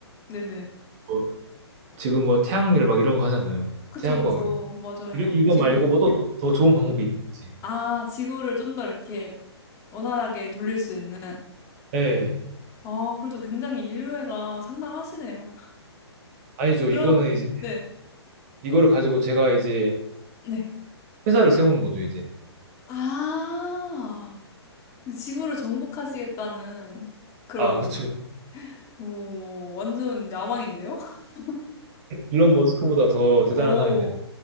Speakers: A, on the left (about 20°); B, on the right (about 35°).
A: 네네.
B: 뭐 지금 뭐 태양열 막 이런 거 하잖아요.
A: 그쵸,
B: 태양광
A: 그쵸. 맞아요.
B: 이런 이거
A: 지구
B: 말고 뭐 또 더 좋은 방법이 있는지.
A: 아 지구를 좀 더 이렇게 원활하게 돌릴 수 있는
B: 예.
A: 아 그래도 굉장히 인류애가 상당하시네요.
B: 아니죠.
A: 그럼
B: 이거는 이제
A: 네.
B: 이거를 가지고 제가 이제
A: 네.
B: 회사를 세우는 거죠, 이제.
A: 아. 지구를 정복하시겠다는 그런,
B: 아, 그쵸.
A: 오, 완전 야망인데요? <laughs>
B: 일론 머스크보다 더 대단한
A: 오,
B: 사람이 되는